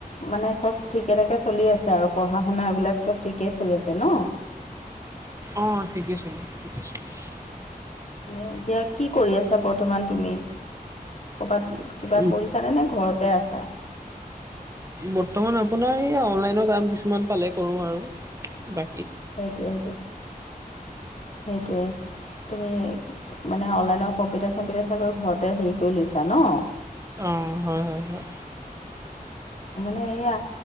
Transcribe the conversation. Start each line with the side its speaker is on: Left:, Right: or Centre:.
Left: মানে চব ঠিকে ঠাকে চলি আছে আৰু পঢ়া শুনাবিলাক চব ঠিকেই চলি আছে ন
Right: অ ঠিকে চলি আছে ঠিকে চলি আছে
Left: মানে এতিয়া কি কৰি আছা বৰ্তমান তুমি ক'বাত কিবা
Right: উম,
Left: কৰি ছা নে ঘৰতে আছা
Right: বৰ্তমান আপোনাৰ এইয়া অনলাইনৰ কাম কিছুমান পালে কৰো আৰু বা
Left: সেইটোৱে সেইটো সেইটোৱে তুমি মানে অনলাইনৰ কম্পিউটাৰ চম্পিউটাৰ চাগৈ ঘৰতে হেৰি কৰি লৈছা ন
Right: অ হয় হয় হয়
Left: সেইয়া